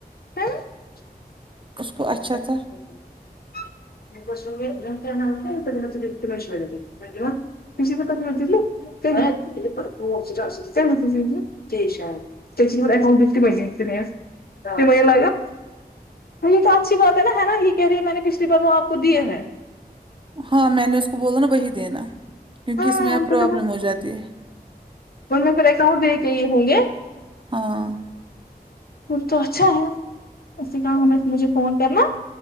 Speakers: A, on the left; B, on the right.
A: <unintelligible> ہے
B: اس کو اچھا تھا
A: نہ <unintelligible> <unintelligible> <unintelligible> <unintelligible> یہ تو اچھی بات ہے نا ہے نا یہ کہے رہی ہے میں نے پچھلی بار وہ آپ کو دیے ہیں
B: ہاں میں نے اس کو بولا نا وہی دینا کیونکہ
A: ہاں
B: اس میں
A: ان
B: اب
A: کو
B: پرابلم
A: تو
B: ہو جاتی ہے
A: ان میں پھر اکاؤنٹ دے کے یہ ہوں گے
B: ہاں
A: وہ تو اچھا ہے اسے کام ہوگا تو مجھے فون کرنا